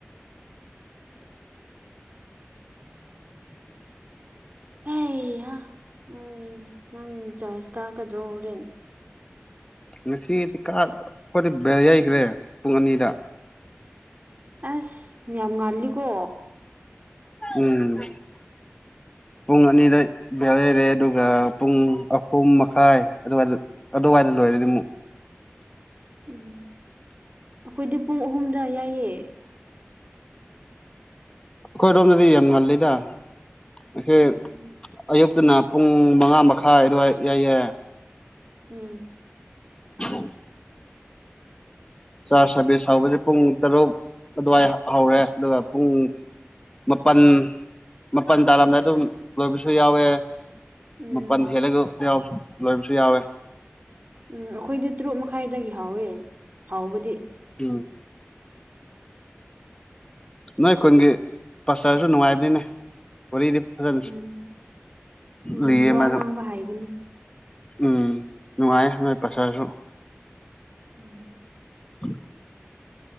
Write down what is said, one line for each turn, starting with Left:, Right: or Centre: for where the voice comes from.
Right: ꯎꯝ ꯎꯝ <inaudible> ꯍꯦ ꯍꯣꯏ ꯅꯪ ꯆꯣꯏꯁ ꯀꯥꯀꯗ꯭ꯔꯣ ꯍꯣꯔꯦꯟ
Left: ꯉꯁꯤꯗꯤ ꯀꯥ ꯑꯩꯈꯣꯏꯅ ꯕ ꯌꯩꯈ꯭ꯔꯦ ꯄꯨꯡ ꯑꯅꯤꯗ
Right: ꯑꯁ ꯌꯥꯝ ꯌꯥꯝ ꯉꯥꯟꯂꯤꯀꯣ
Left: ꯎꯝ
Right: <inaudible>
Left: ꯄꯨꯡ ꯑꯅꯤꯗ ꯚ ꯂꯩꯔꯦ ꯑꯗꯨꯒ ꯄꯨꯡ ꯑꯍꯨꯝ ꯃꯈꯥꯏ ꯑꯗꯨꯒ ꯑꯗꯨꯋꯥꯏꯗ ꯂꯣꯏꯔꯗꯤ
Right: ꯎꯝ
Left: ꯑꯃꯨꯛ
Right: ꯎꯝ ꯑꯩꯈꯣꯏꯗꯤ ꯄꯨꯡ ꯑꯍꯨꯝꯗ ꯌꯥꯏꯌꯦ
Left: ꯑꯩꯈꯣꯏꯔꯣꯝꯗꯗꯤ ꯌꯥꯝ ꯉꯜꯂꯤꯗ ꯑꯩ
Right: ꯎꯝ
Left: ꯑꯌꯨꯛ ꯑꯗꯨꯅ ꯄꯨꯡ ꯃꯉꯥ ꯃꯈꯥꯏ ꯑꯗꯨꯋꯥꯏ ꯌꯥꯏꯑ
Right: ꯎꯝ
Left: ꯎ ꯆꯥꯔ ꯁꯥꯔꯚꯤꯁ ꯍꯧꯕꯁꯦ ꯄꯨꯡ ꯇꯔꯨꯛ ꯑꯗꯨꯋꯥꯏ ꯍꯧꯔꯦ ꯑꯗꯨꯒ ꯄꯨꯡ ꯃꯥꯄꯜ ꯃꯥꯄꯜ ꯇꯥꯔꯝꯗꯥꯏ ꯑꯗꯨꯝ ꯂꯣꯏꯕꯁꯨ ꯌꯥꯎꯋꯦ
Right: ꯎꯝ
Left: ꯃꯥꯄꯜ ꯍꯦꯜꯂꯒ ꯂꯣꯏꯕꯁꯨ ꯌꯥꯎꯋꯦ
Right: ꯎꯝ ꯑꯩꯈꯣꯏꯗꯤ ꯇꯔꯨꯛ ꯃꯈꯥꯏꯗꯒꯤ ꯍꯥꯎꯋꯦ ꯍꯥꯎꯕꯗꯤ
Left: ꯎꯝ ꯅꯣꯏ ꯑꯩꯈꯣꯏꯒꯤ ꯄꯔꯁꯨ ꯅꯨꯡꯉꯥꯏꯕꯅꯤꯅꯦ ꯋꯥꯔꯤꯗꯤ ꯐꯖ
Right: ꯎꯝ ꯎꯝ
Left: ꯂꯩꯌꯦ
Right: ꯋꯥ
Left: ꯃ
Right: ꯉꯥꯡꯕ ꯍꯥꯏꯕꯅꯤ
Left: ꯎꯝ ꯅꯨꯡꯉꯥꯏ ꯅꯣꯏ ꯄꯆꯥꯔꯁꯨ
Right: ꯎꯝ
Left: ꯍ